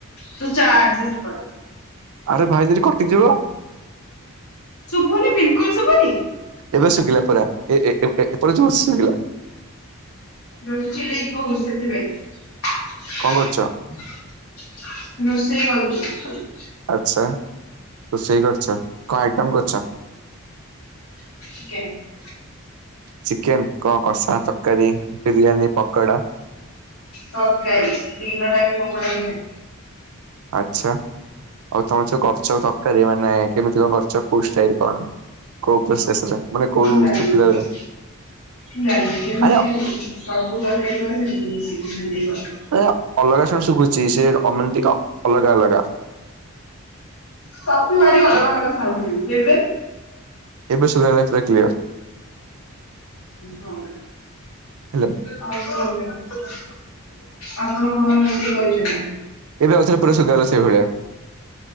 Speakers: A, on the left; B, on the right.
A: ତୁ ଯା ଆଜସ୍ଟ କରେ?
B: ଆରେ ଭାଇ ଯଦି କଟିଯିବ।
A: ଶୁଭୁନି ବିଲକୁଲ ଶୁଭୁନି?
B: ଏବେ ଶୁଖିଲା ପୁରା ଏ ଏପଟେ ଜୋରେ ଶୁଭିଲା।
A: ଜୋରେ ଚିଲେଇକି କହୁଛି ସେଥିପାଇଁ।
B: କଣ କରୁଛ
A: ରୋଷେଇ କରୁଛି।
B: ଆଚ୍ଛା ରୋଷେଇ କରୁଛ କଣ ଆଇଟମ କରୁଛ?
A: <unintelligible>
B: ଚିକେନ କଣ କଷା ତରକାରୀ ବିରିୟାନୀ ପକୋଡା?
A: ତରକାରୀ ଦିନରେ କିଏ ପକୋଡ଼ା ଖାଏ।
B: ଆଚ୍ଛା। ଆଉ ତମର ଯୋଉ କରିଛ ତରକାରୀ ମାନେ କେମିତି କଣ କରିଛ କୋଉ ଷ୍ଟାଇଲ କଣ? କୋଉ ପ୍ରୋସେସ ରେ ମାନେ କୋଉ
A: ଜାଣିନି
B: ସୁବିଧା
A: ମୁଁ
B: ରେ
A: ଜାଣିନି ଯେମିତି
B: ଆ
A: ସବୁ ତରକାରୀ କହିଦେଲି ମିଶିକି ହେମନ୍ତି କରିଦେଲି।
B: ଏ ଅଲଗା ସାଉଣ୍ଡ ଶୁଭୁଛି ସେ ଅମାଣ୍ଟିକା ଅଲଗା ଅଲଗା।
A: ସତ ଭାରି ଅଲଗା ଅଲଗା ସାଉଣ୍ଡ ଶୁଭୁଛି ହେଲେ।
B: ଏବେ ସୁବା ଗଲା ପୁରା କ୍ଲିୟର।
A: ହଁ।
B: ହାଲୋ।
A: ଆଉ କଣ କୁହ ଆପଣ କଣ ରୋଷେଇ କରିଛନ୍ତି?
B: ଏବେ ଆଉ ଥରେ ଶୁଭା ଗଲା ସେଇଭଳିଆ।